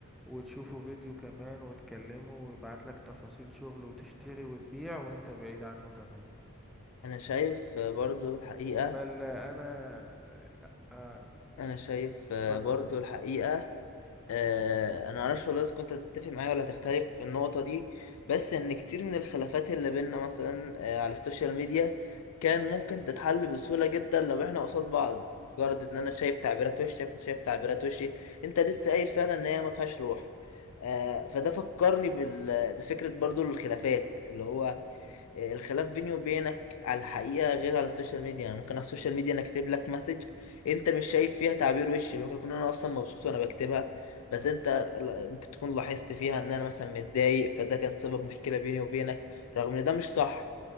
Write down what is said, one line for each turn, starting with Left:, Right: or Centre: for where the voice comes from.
Centre: وتشوفوا فيديو كمان وتكلموا ويبعت لك تفاصيل شغل وتشتري وتبيع وانت بعيد عنه تمام
Left: أنا شايف آه، برضو الحقيقة
Centre: بل أنا آه آه،
Left: أنا شايف آه،
Centre: اتفضل
Left: برضو الحقيقة آه، انا معرفش والله اذا كنت هتتفق معايا ولا هتختلف في النقطه دي بس ان كتير من الخلافات اللي بينا مثلا آه، على السوشيال ميديا كان ممكن تتحل بسهوله جدا لو احنا قصاد بعض مجرد ان انا شايف تعبيرات وشك وشايف تعبيرات وشي انت لسه قايل فعلا ان هي ما فيهاش روح آه، فده فكرني بال... بفكره برضو الخلافات اللي هو الخلاف بيني وبينك على الحقيقة غير على السوشيال ميديا يعني ممكن على السوشيال ميديا انا كاتب لك مسج انت مش شايف فيها تعبير وشي ممكن اكون انا اصلا مبسوط وانا بكتبها بس انت لا- ممكن تكون لاحظت فيها ان انا مثلا متضايق فده كان سبب مشكلة بيني وبينك رغم ان ده مش صح